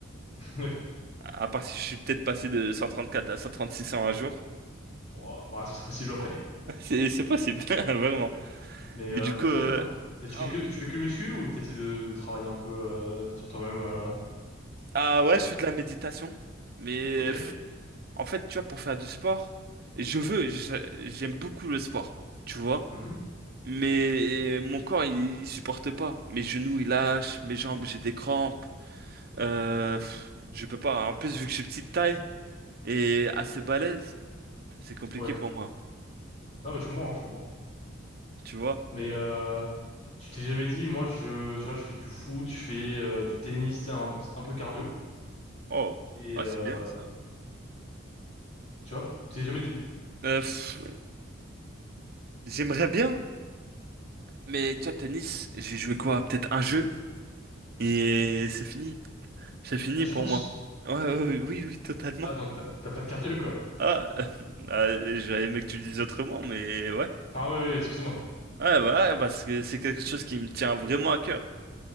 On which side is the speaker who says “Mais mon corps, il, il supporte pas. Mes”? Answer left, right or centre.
Right